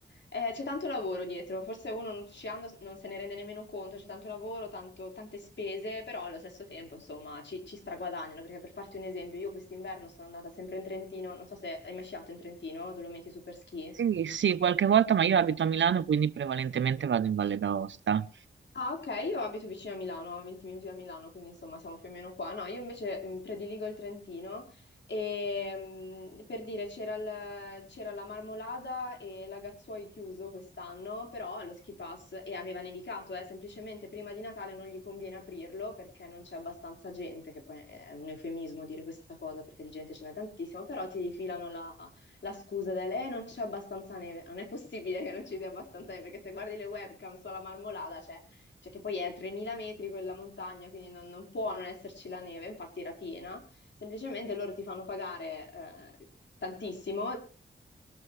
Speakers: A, on the left; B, on the right.
A: è- c'è tanto lavoro dietro, forse uno non- sciando non se ne rende nemmeno conto, c'è tanto lavoro, tanto- tante spese, però allo stesso tempo, insomma, ci, ci straguadagnano, perché per farti un esempio, io quest'inverno sono andata sempre in Trentino, non so se hai mai sciato in Trentino, Dolomiti Superski.
B: Sì, sì, qualche volta, ma io abito a Milano, quindi prevalentemente vado in Valle d'Aosta.
A: Ah, ok, io abito vicino a Milano, a 20 minuti da Milano, quindi insomma siamo più o meno qua. No, io invece mh, prediligo il Trentino e mh, per dire c'era il- c'era la Marmolada e Lagazzuoi chiuso quest'anno, però lo ski pass e aveva nevicato, eh, semplicemente prima di Natale non gli conviene aprirlo perché non c'è abbastanza gente, che poi è un eufemismo dire questa cosa perché di gente ce n'è tantissima, però ti filano la, la scusa del eh, non c'è abbastanza neve, non è possibile che non ci sia abbastanza neve perché se guardi le webcam sulla Marmolada, cioè cioè che poi è a 3000 metri quella montagna, quindi non, non può non esserci la neve, infatti era piena, semplicemente loro ti fanno pagare eh, tantissimo